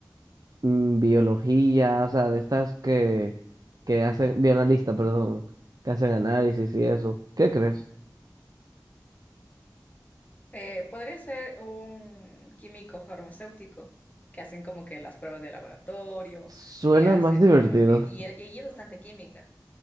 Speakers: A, on the right (about 55°); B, on the left (about 20°).
A: mm, biología, o sea, de estas que, que hacen, bioanalista, perdón, que hacen análisis y eso. ¿Qué crees?
B: Eh, podría ser un químico farmacéutico que hacen como que las pruebas de laboratorio,
A: Suena
B: que hacen
A: más divertido.
B: todo lo que... Y, y allí es bastante química.